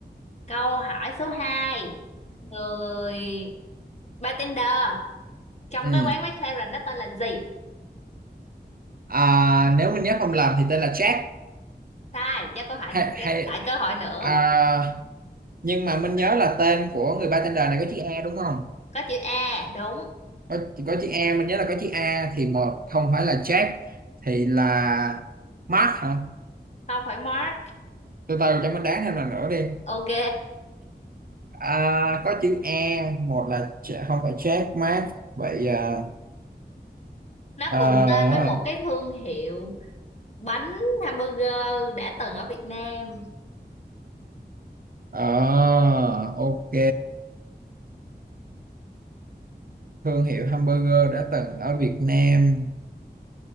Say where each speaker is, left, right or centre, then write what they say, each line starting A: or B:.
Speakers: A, on the left; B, on the right.
A: câu hỏi số hai người bartender trong
B: Ừ.
A: cái quán McLaren đó tên là gì
B: À, nếu mình nhớ không lầm thì tên là Jack
A: sai cho câu hỏi
B: hay,
A: n- cho
B: hay
A: lại cơ hội nữa
B: à, nhưng mà mình nhớ là tên của người bartender này có chữ A đúng không?
A: có chữ A đúng
B: Có có chữ A, mình nhớ là có chữ A thì một không phải là Jack thì là Mark hả?
A: không phải Mark
B: từ từ cho mình đoán thêm lần nữa đi
A: ok
B: à, có chữ E một là Ch- không phải Jack Mark vậy à,
A: <laughs> nó
B: à,
A: cùng tên với một cái thương hiệu bánh hamburger đã từng ở Việt Nam
B: ờ, ok thương hiệu hamburger đã từng ở Việt Nam